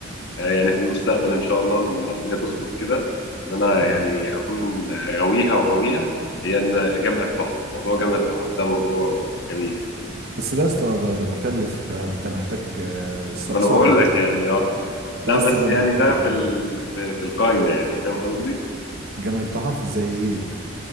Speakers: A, on the left (about 60°); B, on the right (about 50°).
A: آه، يعني في المستقبل ان شاء الله لما الدنيا تظبط كده ان انا
B: مم.
A: يعني اكون غاويها وهويها هي ان اجمع التحف موضوع جمع التحف ده موضوع جميل
B: بس ده يا اسطى ده ده مكلف ده انت محتاج آه، ث-
A: ما
B: ثروه
A: انا بقول
B: حرفيا
A: لك يعني اه
B: انت
A: لا
B: عايز
A: بس
B: تبقى
A: يعني
B: مليونير
A: ده في ال... في, في القايمه يعني فاهم قصدي
B: جامعة تحف زي ايه